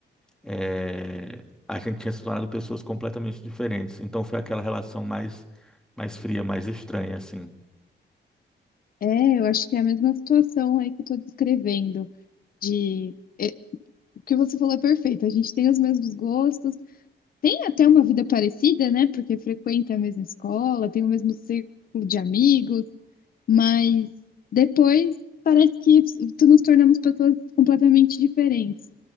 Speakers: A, in the centre; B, on the left.
A: é, a gente tinha se tornado pessoas completamente diferentes. Então foi aquela relação mais, mais fria, mais estranha, assim.
B: É, eu acho que é a mesma situação aí que eu tô descrevendo, de... é, o que você falou é perfeito, a gente tem os mesmos gostos, tem até uma vida parecida, né? Porque frequenta a mesma escola, tem o mesmo círculo de amigos, mas depois parece que tu nos tornamos pessoas completamente diferentes.